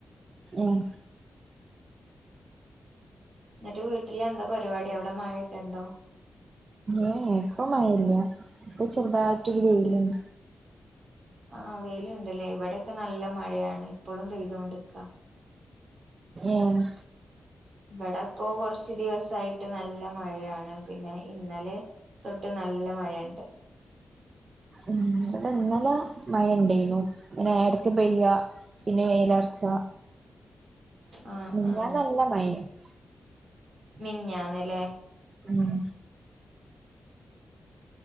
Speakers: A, on the right; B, on the right.
A: ഏഹ്
B: ന്നിട്ട് വീട്ടിൽ എന്താ പരിവാടി അവ്ടെ മഴൊക്കെണ്ടോ
A: ഏഹ് ഏഹ് പ്പൊ മഴല്ല പ്പൊ ചെർതായിട്ടൊരു വെയില്ണ്ട്
B: ആഹ് വെയില്ണ്ട്ലെ ‌ഇവടക്കെ നല്ല മഴയാണ് ഇപ്പളും പെയ്തോണ്ട്ക്ക
A: ഏഹ്
B: ബടെപ്പോ കൊർച്ച് ദിവസായിട്ട് നല്ല മഴയാണ് പിന്നെ ഇന്നലെ തൊട്ട് നല്ല മഴണ്ട്
A: ഉം ബടെ ഇന്നല മഴ ഉണ്ടേനു ങ്ങനെ എടക്ക് പെയ്യ പിന്നെ വേലർച്ച
B: ആഹ്
A: മിന്നാന്ന്
B: ആഹ്
A: നല്ല മഴെന്നു
B: മിനിഞ്ഞാന്ന്ലെ
A: ഉം